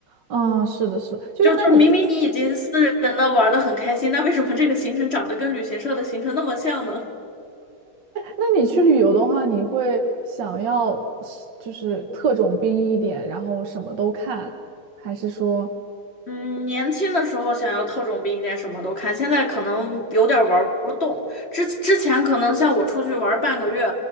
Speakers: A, on the right; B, on the left.
A: 啊，是的，是的，就是那你
B: 就就明明你已经私人的玩的很开心，那为什么这个行程长得跟旅行社的行程那么像呢？
A: 那你去旅游的话，你会想要是就是特种兵一点，然后什么都看，还是说，
B: 嗯，年轻的时候想要特种兵一点，什么都看。现在可能有点玩不动。之之前可能像我出去玩半个月，